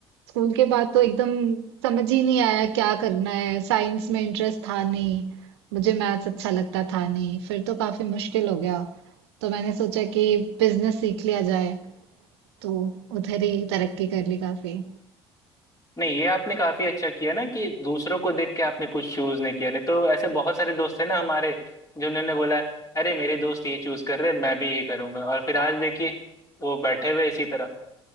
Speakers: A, on the right; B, on the left.
A: स्कूल के बाद तो एकदम समझ ही नहीं आया क्या करना है साइंस में इंटरेस्ट था नहीं मुझे मैथ्स अच्छा लगता था नहीं फिर तो काफी मुश्किल हो गया तो मैंने सोचा कि बिजनेस सीख लिया जाए तो उधर ही तरक्की कर ली काफी
B: नहीं ये आपने काफी अच्छा किया ना कि दूसरों को देख के आपने कुछ चूज नहीं किया नहीं तो ऐसे बहुत सारे दोस्त हैं ना हमारे जिन्होंने बोला अरे मेरे दोस्त ये चूज कर रहे हैं मैं भी ये करूंगा और फिर आज देखिए वो बैठे हुए इसी तरह